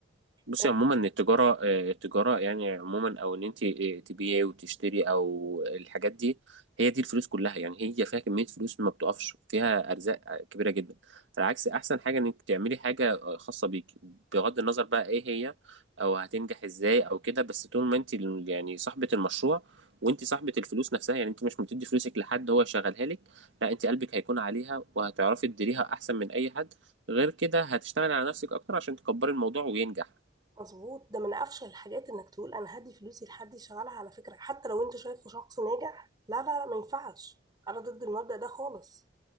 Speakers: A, on the right; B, on the right.
A: بصي
B: يعني
A: عموما التجارة آه، التجارة يعني عموما أو إن أنت آه، تبيعي وتشتري أو الحاجات دي هي دي الفلوس كلها يعني هي فيها كمية فلوس ما بتقفش فيها أرزاق كبيرة جدا على عكس أحسن حاجة إنك تعملي حاجة آه، خاصة بيك بغض النظر بقى إيه هي أو هتنجح إزاي أو كده بس طول ما أنت ال- يعني صاحبة المشروع وأنت صاحبة الفلوس نفسها يعني أنت مش بتدي فلوسك لحد هو يشغلها لك لا أنت قلبك هيكون عليها وهتعرفي تديريها أحسن من أي حد غير كده هتشتغلي على نفسك أكتر عشان تكبري الموضوع وينجح
B: مظبوط ده من افشل الحاجات انك تقول انا هدي فلوسي لحد يشغلها على فكرة حتى لو انت شايفه شخص ناجح لا لا لا ما ينفعش انا ضد المبدأ ده خالص